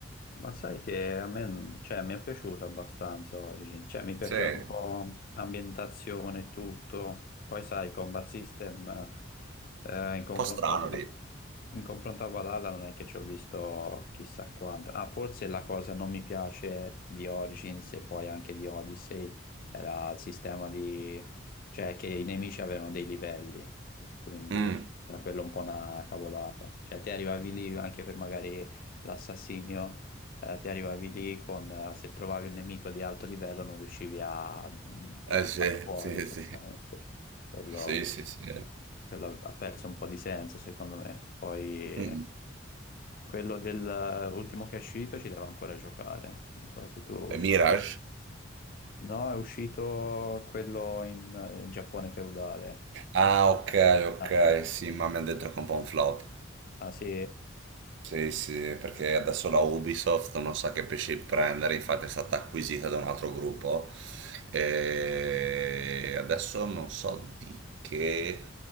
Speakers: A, on the left; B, on the right.
A: Ma sai che a me, non- cioè, mi è piaciuto abbastanza Origin, cioè mi piaceva
B: Sì, un
A: un po' l'ambientazione e tutto, poi sai, Combat System eh, in confronto
B: po' strano
A: a, Val-
B: lì.
A: in confronto a Valhalla non è che ci ho visto chissà quanto, ah forse la cosa non mi piace di Origins e poi anche di Odyssey era il sistema di, cioè che i nemici avevano dei livelli, quindi
B: Mm.
A: era quello un po' una cavolata, cioè te arrivavi lì anche per magari l'assassinio. Eh, ti arrivavi lì con, eh, se trovavi un nemico di alto livello non riuscivi a, mh,
B: Eh
A: a
B: sì,
A: farlo fuori
B: sì,
A: praticamente.
B: sì.
A: Quello,
B: Sì, sì, sì.
A: quello ha perso un po' di senso secondo me. Poi
B: Mm.
A: eh, quello dell'ultimo che è uscito ci devo ancora giocare. Non so se tu...
B: E
A: cioè,
B: Mirage?
A: No, è uscito quello in eh, Giappone feudale.
B: Ah, ok, ok,
A: Ah, dopo.
B: sì,
A: mi sembra.
B: ma mi hanno detto che è un po' un flop.
A: Ah sì?
B: Sì, sì, perché adesso la Ubisoft non sa che pesci prendere, infatti è stata acquisita da un altro gruppo e adesso non so di che